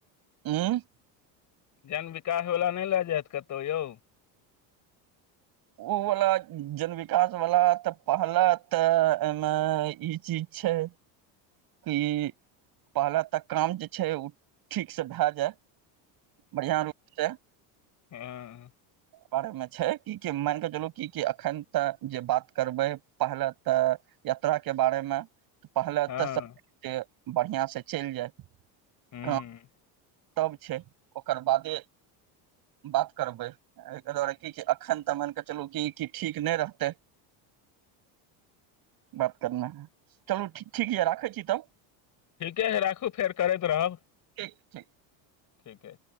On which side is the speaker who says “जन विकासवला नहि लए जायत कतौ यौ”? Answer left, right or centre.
Left